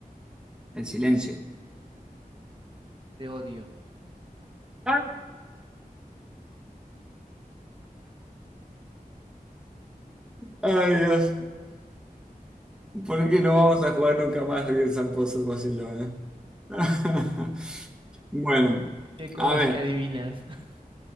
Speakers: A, in the centre; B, on the right (about 35°).
A: el silencio.
B: Te odio.
A: Ah. Ay, Dios. ¿Por
B: Bueno,
A: qué no vamos a jugar nunca más Regresan Pozos Vacillones? <laughs> Bueno,
B: ¿qué comes
A: a ver.
B: que adivinas? <laughs>